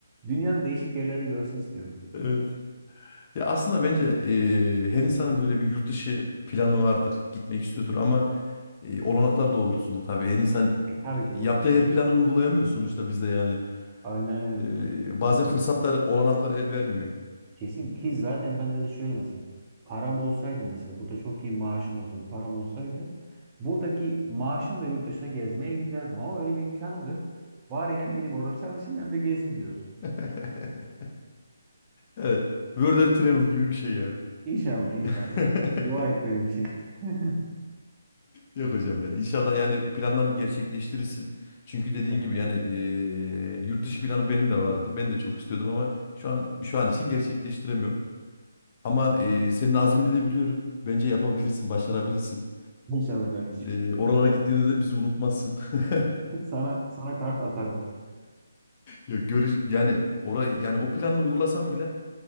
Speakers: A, on the right; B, on the left.
A: dünyanın değişik yerlerini görsün istiyorum.
B: Evet. Ya aslında bence eee, her insanın böyle bir yurt dışı planı vardır. Gitmek istiyordur ama eee, olanaklar doğrultusunda tabii her insan
A: E tabii ki
B: yaptığı
A: mutlaka.
B: her planı uygulayamıyor sonuçta bizde yani.
A: Aynen öyle.
B: Eee,
A: Ee,
B: bazen fırsatlar, olanaklar el vermiyor.
A: kesin ki zaten bende de şöyle mesela param olsaydı mesela burada çok iyi maaşım olsaydı param olsaydı buradaki maaşımla yurt dışına gezmeye giderdim ama öyle bir imkanım da yok. Bari hem gidip orada çalışayım hem de gezeyim diyorum.
B: <laughs> Evet. World and Travel gibi bir şey yani.
A: İnşallah inşallah.
B: <laughs>
A: Dua et benim için. <laughs>
B: Yok hocam ya. İnşallah yani planlarını gerçekleştirirsin. Çünkü
A: İnşallah
B: dediğin gibi
A: kardeşim.
B: yani eee yurt dışı planı benim de vardı. Ben de çok istiyordum ama şu an şu an için gerçekleştiremiyorum. Ama e,
A: Hı hı.
B: senin azmini de biliyorum. Bence yapabilirsin, başarabilirsin.
A: İnşallah kardeşim.
B: E, oralara gittiğinde de bizi unutmazsın. <laughs>
A: <laughs> Sana sana kart atarım.
B: Ya görüş yani orayı yani o planını uygulasam bile